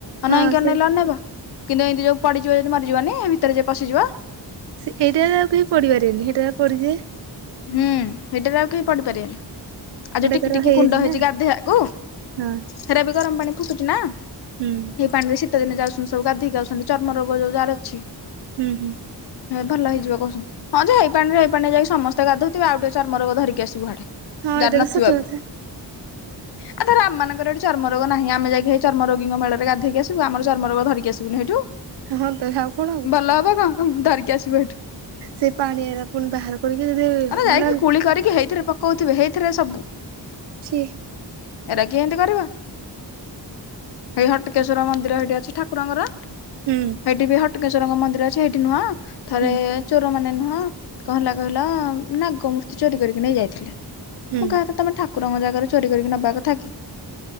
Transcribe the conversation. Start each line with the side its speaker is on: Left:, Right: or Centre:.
Right: ହଁ
Left: ଅ ନେଇଁକି
Right: ସେ
Left: ଅନେଇଲେ ଅନେଇବ। କିନ୍ତୁ ଏନ୍ତି ଯଉ ପଡିଯିବ ଯଦି ମରିଯିବନି ହେଇ ଭିତରେ ଯିଏ ପଶିଯିବ।
Right: ସେ ଏଇଟାରେ ଆଉ କେହି ପଡିପରିବେନି ହେଇଟାରେ ପଡ଼ିଯିବେ।
Left: ହୁଁ ହେଇଟାରେ ଆଉ କେହି ପଢିପାରିବନି। ଆଉ ଯୋଉ
Right: ଏଇଟା
Left: ଟିକି
Right: ତାର
Left: ଟିକି
Right: ହେଇଯାଇଛି
Left: କୁଣ୍ଡ ହେଇଚି
Right: ନା
Left: ଗାଧୋଇଆକୁ
Right: ହଁ
Left: ହେରା ବି ଗରମ ପାଣି ଫୁଟୁଛି ନା।
Right: ହୁଁ।
Left: ସେଇ ପାଣିରେ ଶୀତ ଦିନେ ଯାଉସନ୍ତି ସବୁ ଗାଧେକି ଆଉସନ୍ତି ଚର୍ମ ରୋଗ ଯୋଉ ଯାହାର ଅଛି।
Right: ହୁଁ ହୁଁ।
Left: ହେ ଭଲ ହେଇଯିବ କହୁସନ୍ତି ହଁ ଯେ ହେଇ ପାଣି ରେ ହେଇ ପାଣିରେ ଯାଇ ସମସ୍ତେ ତେ ଗାଧଉଥିବେ ଆଉ ଟିକେ ଚର୍ମ ରୋଗ ଧରିକି ଆସିବୁ ହଠେ
Right: ହଁ
Left: ଯାର
Right: ଏଇଟା
Left: ନଥିବ
Right: ତ ସତ
Left: ବି।
Right: କଥା
Left: ଆ ଧର ଆମ ମାନଙ୍କର ଏଠି ଚର୍ମ ରୋଗ ନାହିଁ ଆମେ ଯାଇକି ହେଇ ଚର୍ମ ରୋଗୀଙ୍କ ମେଳରେ ଗାଧେଇକି ଆସ ବୁ ଆମର ଚର୍ମ ରୋଗ ଧରିକି ଆସିବୁନି ଏଇଠୁ
Right: ହଁ ତ ଆଉ କଣ
Left: ଭଲ ହବ କଣ କ ଧରିକି ଆସିବୁ ହେଇଠୁ।
Right: ସେ ପାଣି ଏରେ ପୁଣି ବାହାର କରିକି ଯଦି
Left: ଏରା ଯାଇକି
Right: ମାନେ
Left: କୁଳି କରିକି ହେଇଥିରେ ପକଉଥିବେ ହେଇଥିରେ ସବୁ।
Right: ଛି।
Left: ଏରା କିଏ ହେନ୍ତି କରିବ। ହେଇ ହଟକେଶ୍ଵର ମନ୍ଦିର ହେଇଠି ଅଛି ଠାକୁରଙ୍କର
Right: ହୁଁ
Left: ହେଇଠି ବି ହଟ ହଟକେଶ୍ଵରଙ୍କ ମନ୍ଦିର ଅଛି ସେଇଠି ନୁହଁ ଥରେ
Right: ହୁଁ
Left: ଚୋର ମାନେ ନୁହଁ କଣ ହେଲା କହିଲ ନାଗମୂର୍ତ୍ତି ଚୋରି କରିକି ନେଇ ଯାଇଥିଲେ ମୁଁ
Right: ହୁଁ
Left: କହିବା କଥା ତମେ ଠାକୁରଙ୍କ ଜାଗାରେ ଚୋରି କରିକି ନବା କଥା କି।